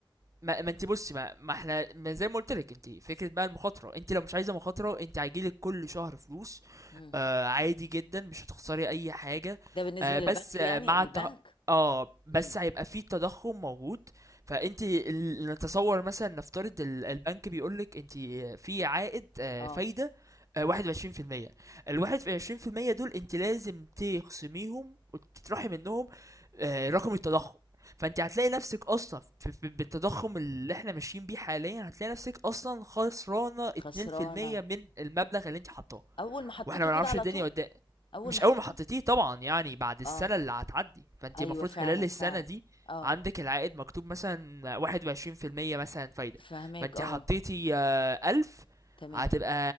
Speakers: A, on the right; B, on the left.
A: ما, ما انت بصي ما, ما احنا ما زي ما قلت لك انت فكره بقى المخاطره انت لو مش عايزه مخاطره انت هيجيلك كل شهر فلوس
B: مم.
A: آه عادي جدا مش هتخسري أي حاجة
B: ده بالنسبة
A: آه بس
B: للبنك
A: آه
B: يعني
A: مع
B: البنك
A: الت... اه بس
B: مم.
A: هيبقى فيه تضخم موجود فانت ال- نتصور مثلا نفترض ال- البنك بيقولك انت في عائد آه،
B: اه
A: فايدة آه، 21% الواحد في عشرين في المية دول انت لازم تخصميهم وتطرحي منهم آه، رقم التضخم فانت هتلاقي نفسك اصلا في في- بالتضخم اللي احنا ماشيين بيه حاليا هتلاقي نفسك اصلا خسرانة اتنين
B: خسرانة
A: في المية من المبلغ اللي انت حطاه
B: اول ما حطيته
A: واحنا ما نعرفش
B: كده على
A: الدنيا
B: طول
A: قدام
B: اول
A: مش
B: ما احطه
A: اول ما حطيتيه طبعا يعني بعد السنه
B: اه
A: اللي هتعدي فانت
B: ايوه
A: المفروض
B: فعلا
A: خلال السنه
B: فعلا
A: دي
B: اه
A: عندك العائد مكتوب مثلا واحد وعشرين في المية مثلا فايدة
B: فهميك
A: فانت
B: اه
A: حطيتي آه، ألف
B: تمام
A: هتبقى